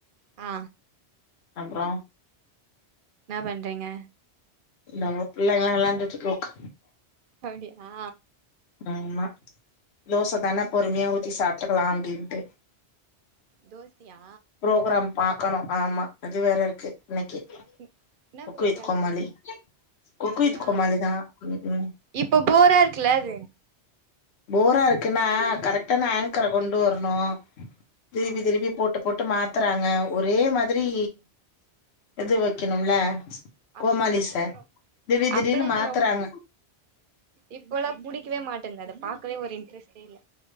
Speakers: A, on the right (about 60°); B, on the left (about 70°).
A: ஆ
B: அப்புறோ
A: என்னா பண்றீங்க
B: இதோ பிள்ளைங்கல்லா வெளாண்டுட்டு இருக்கு
A: அப்டியா
B: ஆமா தோச தானே பொறுமையா ஊத்தி சாப்ட்டுக்கலா அப்டின்ட்டு
A: தோசயா
B: ப்ரோகிராம் பாக்கணு ஆமா அது வேற இருக்கு இன்னைக்கு
A: என்ன
B: cook
A: programme
B: with Comali cook
A: அப்டியா
B: with கோமாளி தா ம் ம்
A: இப்போ போரா இருக்குல அது
B: போரா இருக்குன்னா கரெக்ட்டான ஆங்கர கொண்டு வரணு திருப்பி
A: ஆ
B: திருப்பி போட்டு போட்டு மாத்துறாங்க ஒரே மாதிரி இது வைக்கணுல கோமாளிஸ
A: அப்பல்லா எனக்கு ரொ
B: திடீர் திடீர்னு
A: அப்பல்லா எனக்கு
B: மாத்துறாங்க
A: ரொம்ப இப்போல்லா புடிக்கவே மாட்டேந்து அத பாக்கவே ஒரு இன்ட்ரெஸ்ட்டே இல்ல